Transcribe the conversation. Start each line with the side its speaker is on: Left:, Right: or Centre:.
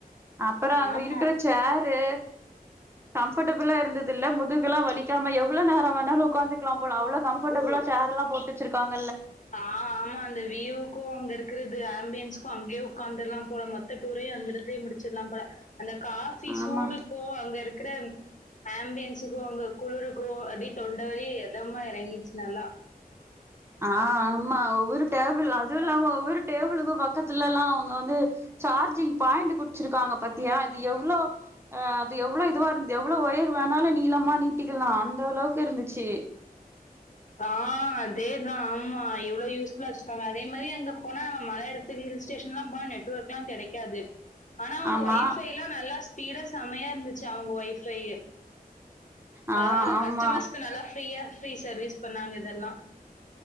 Right: அப்பற அங்க
Left: ஆமா
Right: இருக்கிற சேரு கம்ஃபர்டபுளா இருந்துதுல்ல முதுகெல்லா வலிக்காம எவ்ள நேர வேணாலு உக்காந்துக்கலாம் போல அவ்ளோ கம்ஃபர்டபுளா சேர் எல்லா போட்டு வெச்சிருக்காங்
Left: ஆ ஆமா அந்த வியூக்கு அங்க இருக்கறது ஆம்பியன்ஸ்க்கு அங்யே உக்காந்தர்லாம் போல மொத்த டூரையு அந்த எடத்துலயே முடிச்சிர்லாம் போல அந்த காஃபி
Right: ஆமா
Left: சூடுக்கு அங்க இருக் கற ஆம்பியன்ஸுக்கு அங்க குளுருக்கு அப்டி தொண்ட வழிய எதமா எறங்கிச்சு நல்லா
Right: ஆ ஆமா
Left: ம்.
Right: ஒவ்வொரு டேபிள் அதுவு இல்லாம ஒரு டேபிளுக்கும் பக்கத்துல எல்லாம் அவங்க வந்து சார்ஜிங் பாயிண்ட் குறிச்சிருக்காங்க பாத்தியா அது எவ்வளவு அ அது எவ்வளவு இதுவா இருந்த எவ்வளவு ஒயர் வேணாலும் நீளமா நீட்டிக்கலாம் அந்த அளவுக்கு இருந்துச்சு
Left: ஆ அதேதான் ஆமா எவ்வளவு யூஸ்ஃபுல்லா வச்சிருக்காங்க அதே மாதிரி அங்க போனா மல இடத்துக்கு ஹில் ஸ்டேஷன் எல்லாம் போனா நெட்வொர்க் எல்லாம் கிடைக்காது ஆனா அவங்க
Right: ஆமா
Left: ஒயஃபை எல்லாம் நல்லா ஸ்பீட் செமையா இருந்துச்சு அவங்க வைஃபை
Right: ஆ
Left: பரவாயில்ல
Right: ஆமா
Left: கஸ்டமர்ஸ்கு நல்லா ஃப்ரீயா ஃப்ரீ சர்விஸ் பண்ணாங்க இதெல்லாம்